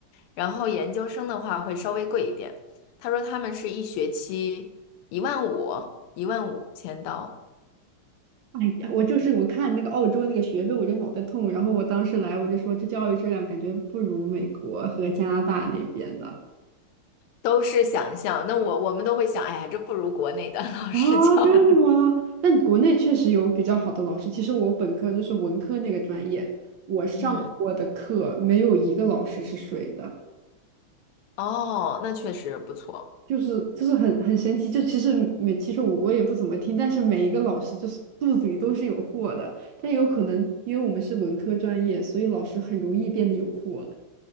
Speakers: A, on the left; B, on the right.
A: 然后研究生的话会稍微贵一点。他说他们是一学期一万五，一万五千刀，
B: 哎呀，我就是我看那个澳洲那个学费，我就脑袋痛。然后我当时来，我就说这教育质量感觉不如美国和加拿大那边的。
A: 都是想象。那我我们都会想，哎呀，这不如国内的 <laughs> 老师教的。
B: 啊，真的吗？但国内确实有比较好的老师。其实我本科就是文科那个专业，我上过的课没有一个老师是水的，
A: 嗯，哦，那确实不错。
B: 就是就是很很神奇。就其实每其实我我也不怎么听，但是每一个老师就是肚子里都是有货的。但有可能因为我们是文科专业，所以老师很容易变得有货。